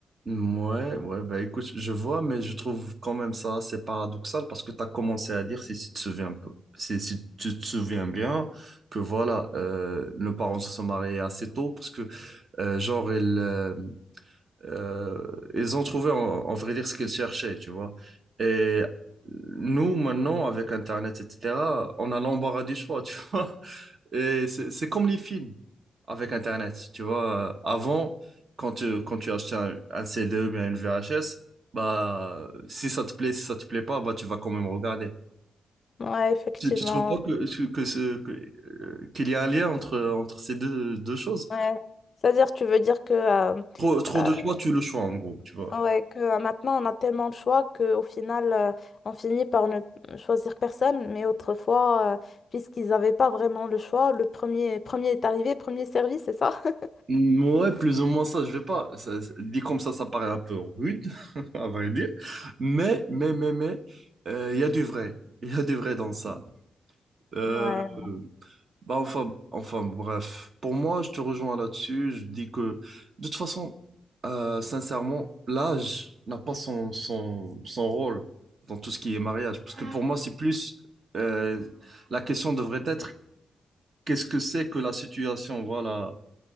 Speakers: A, on the right; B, on the left.
A: Ouais, ouais, bah écoute, je vois, mais je trouve quand même ça assez paradoxal parce que tu as commencé à dire, si, si tu te souviens un peu, si, si tu te souviens bien, que voilà, euh, nos parents se sont mariés assez tôt parce que, euh, genre, ils, euh, euh, ils ont trouvé, en, en vrai dire, ce qu'ils cherchaient, tu vois. Et nous, maintenant, avec Internet, etc., on a l'embarras du choix, <laughs> tu vois. Et c'est c'est comme les films avec Internet. Tu vois, Euh, avant, quand tu, quand tu achetais un, un CD ou bien une VHS, bah, si ça te plaît, si ça te plaît pas, bah, tu vas quand même regarder.
B: Ouais, effectivement.
A: Tu, tu trouves pas que, que ce, que, euh, qu'il y a un lien entre, entre ces deux, deux choses?
B: Ouais. C'est-à-dire, tu veux dire que, euh,
A: Trop, trop
B: euh,
A: de choix, tu le choix, en gros, tu vois.
B: ouais, que euh, maintenant, on a tellement de choix qu'au final, euh, on finit par ne choisir personne. Mais autrefois, euh, puisqu'ils n'avaient pas vraiment le choix, le premier, premier est arrivé, premier servi, c'est ça? <laughs>
A: Mm, Ouais, plus ou moins ça, je vais pas. ça- ça- dit comme ça, ça paraît un peu rude, <laughs> à vrai dire. Mais, mais, mais, mais, euh, il y a du vrai. Il y a du vrai dans ça. Euh,
B: Ouais.
A: Bah enfin, enfin, bref, pour moi, je te rejoins là-dessus. Je dis que, de toute façon, euh, sincèrement, l'âge n'a pas son, son, son rôle dans tout ce qui est mariage. Parce que pour moi, c'est plus, euh, la question devrait être, qu'est-ce que c'est que la situation, voilà,